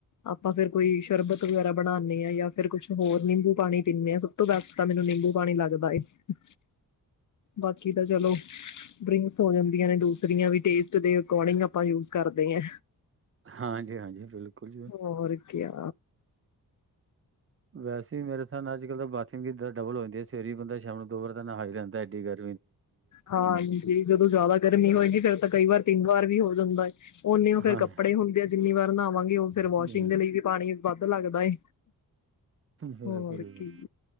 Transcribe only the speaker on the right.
ਹਾਂਜੀ, ਹਾਂਜੀ। ਬਿਲਕੁਲ ਜੀ
ਵੈਸੇ ਮੇਰੇ ਹਿਸਾਬ ਨਾਲ ਅੱਜ ਕੱਲ ਬੱਚ ਕੇ ਡਬਲ ਹੋ ਜਾਂਦੀ ਏ ਸਵੇਰ ਈ ਬੰਦਾ ਸ਼ਾਮ ਨੂੰ ਦੋ ਬਾਰ ਦਾ ਨਹਾ ਈ ਲੈਂਦਾ ਐਡੀ ਗੱਲ
ਹਾਂ
ਜੀ
ਬਿਲਕੁਲ।